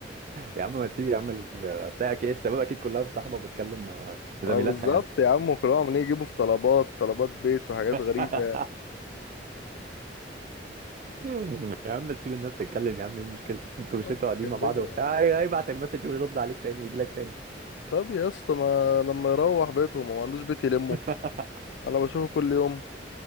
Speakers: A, on the right; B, on the left.
A: يا عم ما تسيب يا عم ال- هتلاقي أكي- الشباب اكيد كلها مصاحبه وبتكلم آه، زميلاتها
B: ما بالظبط
A: يعني
B: يا عم كلهم عمالين يجيبوا في طلبات طلبات بيت وحاجات
A: <laughs>
B: غريبة يعني
A: يا عم تسيب الناس تتكلم يا عم ايه المشكله انتوا مش
B: ما
A: انتوا قاعدين
B: تتكلموا
A: مع بعض وبتاع
B: يعني
A: هي- هيبعت المسج ويرد عليك تاني ويجي لك تاني
B: طب يا اسطى ما لما يروح بيتهم هو ما عندوش بيت يلمه
A: <laughs>
B: انا بشوفه كل يوم